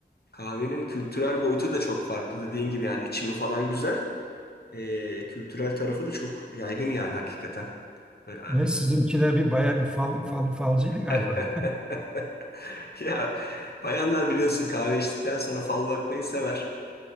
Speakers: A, on the left; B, in the centre.
A: Kahvenin kültürel boyutu da çok farklı dediğin gibi yani içimi falan güzel. Ee, kültürel tarafı da çok yaygın yani hakikaten. Böyle abi-
B: Evet, sizinkiler bir bayağı bir fal, fal, falcıydı galiba.
A: <laughs> Ya bayanlar biliyorsun kahve içtikten sonra fal bakmayı sever.